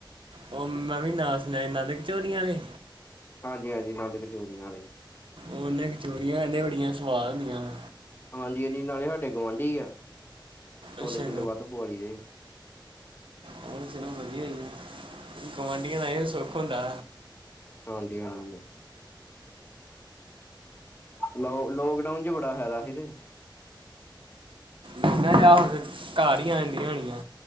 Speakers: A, on the right (about 85°); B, on the left (about 25°).
A: ਉਹ ਮੈਂ ਵੀ ਨਾ ਸੁਣਿਆ, ਇਹਨਾਂ ਦੇ ਕਚੋਰੀਆਂ ਵਾਲੇ
B: ਹਾਂਜੀ, ਹਾਂਜੀ, ਨੰਦ ਕਚੋਰੀਆਂ ਨੇ
A: ਉਹਨੇ ਕਚੋਰੀਆਂ ਇਹਦੇ ਬੜੀਆਂ ਸੁਆਦ ਹੁੰਦੀਆਂ ਨੇ।
B: ਹਾਂਜੀ, ਹਾਂਜੀ, ਨਾਲੇ ਸਾਡੇ ਗੁਆਂਢੀ ਆ ਛੋਲੇ-ਛੁਲੇ
A: ਅੱਛਾ
B: ਵੱਧ ਪੁਆ ਲਈ ਦੇ
A: ਹੋਰ ਚਲੋ, ਵਧੀਆ ਹੀ ਆ ਗੁਆਂਢੀਆਂ ਦਾ ਵੀ ਸੁੱਖ ਹੁੰਦਾ।
B: ਹਾਂਜੀ, ਹਾਂਜੀ। ਲੋ ਲੋਕਡਾਊਨ ਚ ਬੜਾ ਫਾਇਦਾ ਸੀ, ਤੇ।
A: ਮੈ ਨਾ ਜਾਓ ਫੇਰ, ਘਰ ਹੀ ਆ ਜਾਂਦੀਆਂ ਹੋਣੀਆਂ।